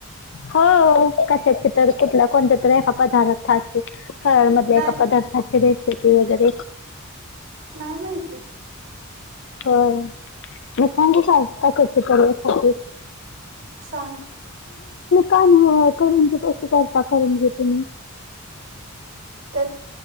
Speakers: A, on the left; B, on the right.
A: हो कशाचे तर कुठला कोणत्या तर एका पदर्थाची.... फराळमधल्या
B: नाही
A: एका पदार्थाची रेसिपी वगैरे...
B: नाही माहिती...
A: होय मी सांगू काय कशाच तरी...
B: सांग...
A: का.. कस करता करंजी तुम्ही...
B: त्यात